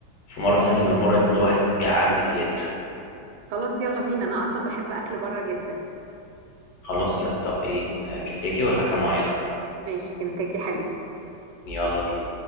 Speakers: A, on the left; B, on the right.
A: في مره تانية بالمره يكون الواحد جعان بزياده شويه
B: خلاص يلا بينا انا اصلا بحب اكل بره جدا
A: خلاص يا طب ايه آه، كنتاكي ولا حاجه معينه
B: ماشي كنتاكي حلو
A: يلا بينا